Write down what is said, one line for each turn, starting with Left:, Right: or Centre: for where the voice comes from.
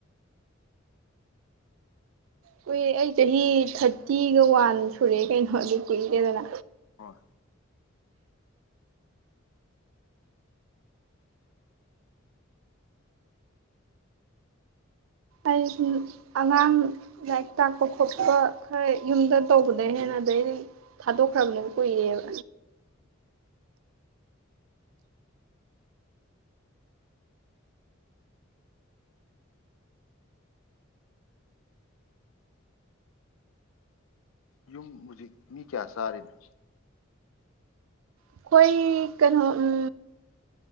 Right: ꯀꯨꯏꯔ‌ꯦ ꯑꯩ ꯆꯍꯤ ꯊꯠ ꯇꯤꯒ ꯋꯥꯟ ꯁꯨꯔꯦ ꯀꯩꯅꯣ ꯑꯗꯨ ꯀꯨꯏꯔꯦꯗꯅ
Left: ꯍꯣꯏ
Right: ꯑꯩꯁꯨ ꯑꯉꯥꯡ ꯂꯥꯏꯔꯤꯛ ꯇꯥꯛꯄ ꯈꯣꯠꯄ ꯈꯔ ꯌꯨꯝꯗ ꯇꯧꯕꯗꯩ ꯍꯦꯟꯅ ꯑꯗꯩꯗꯤ ꯊꯥꯗꯣꯛꯈ꯭ꯔꯝꯅꯦꯕ ꯀꯨꯏꯔꯦꯕ
Left: ꯌꯨꯝ ꯍꯧꯖꯤꯛ ꯃꯤ ꯀꯌꯥ ꯆꯥꯔꯤꯅꯣ
Right: ꯑꯩꯈꯣꯏ ꯀꯩꯅꯣ ꯎꯝ